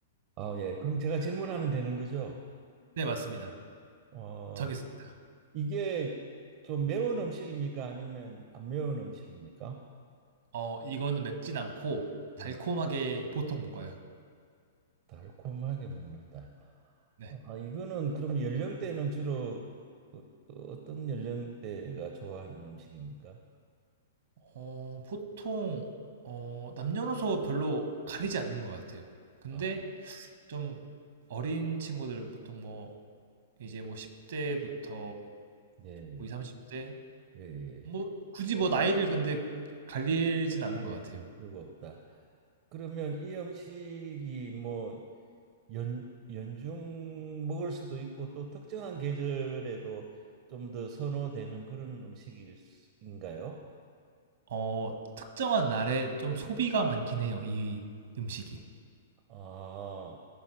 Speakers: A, on the right; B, on the right.
A: 아, 예. 그럼 제가 질문하면 되는 거죠?
B: 네, 맞습니다.
A: 어,
B: 정했습니다.
A: 이게 좀 매운 음식입니까? 아니면 안 매운 음식입니까?
B: 어, 이거는 맵진 않고 달콤하게
A: 음,
B: 보통 먹어요.
A: 달콤하게 먹는다.
B: 네.
A: 아, 이거는 그럼 연령대는 주로 어, 어떤 연령대가 좋아하는 음식입니까?
B: 어, 보통 어, 남녀노소 별로 가리지 않는 것 같아요. 근데
A: 아,
B: 좀 어린 친구들은 보통 뭐 이제 뭐 10대부터
A: 네.
B: 뭐2십 30대
A: 예, 예.
B: 뭐 굳이 뭐 나이를 근데 갈리진 않는
A: 아닐
B: 것 같아요.
A: 수가 없다. 그러면 이 음식이 뭐 연, 연중 먹을 수도 있고 또 특정한 계절에도 좀 더 선호되는 그런 음식인가요?
B: 어, 특정한 날에 좀 소비가 많긴 해요. 이 음식이.
A: 아,